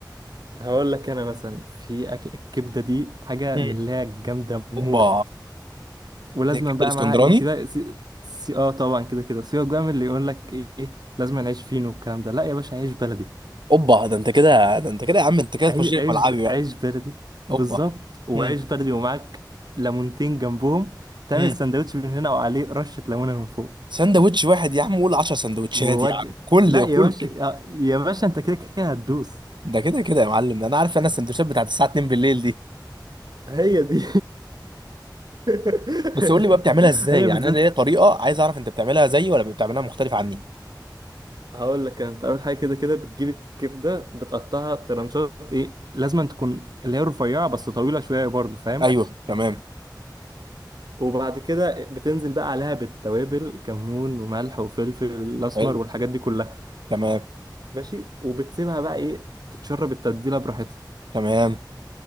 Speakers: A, on the right (about 60°); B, on the right (about 75°).
A: هقول لك انا مثلا في اكل الكبدة دي حاجة
B: مم.
A: من اللي هي جامدة موت
B: اوبا
A: ولازما
B: الكبده
A: بقى
B: الاسكندراني
A: معاها ايه سيبك سي... سي... اه طبعا كده كده سيبك بقى من اللي يقول لك ايه إيه، لازم نعيش فين والكلام ده لا يا باشا عيش بلدي
B: اوبا ده انت كده ده انت كده يا عم انت كده
A: عيش
B: تخش لي
A: عيش
B: في ملعبي بقى
A: عيش بلدي بالظبط
B: اوبا
A: وعيش
B: هم
A: بلدي ومعاك ليمونتين جنبهم تعمل
B: هم
A: سندوتش من هنا وعليه رشة ليمونة من فوق
B: سندوتش واحد يا عم قول 10 سندوتشات
A: وود
B: يا عم كل
A: لا يا
B: كل
A: باشا
B: ك-
A: آه، يا باشا انت كده كده هتدوس
B: ده كده كده يا معلم انا عارف انا السندوتشات بتاعت الساعه 2 بالليل دي
A: هي دي <laughs>
B: بس قول لي بقى بتعملها ازاي
A: هي
B: يعني
A: بالذات
B: انا ليا طريقه عايز اعرف انت بتعملها زيي ولا بتعملها مختلف عني
A: هقول لك انت اول حاجه كده كده بتجيب الكبده بتقطعها ترنشات ايه لازم تكون اللي هي رفيعه بس طويله شويه برضو فاهم
B: ايوه تمام
A: وبعد كده بتنزل بقى عليها بالتوابل كمون وملح وفلفل الاسمر
B: حلو
A: والحاجات دي كلها
B: تمام
A: ماشي وبتسيبها بقى ايه تتشرب التتبيله براحتها
B: تمام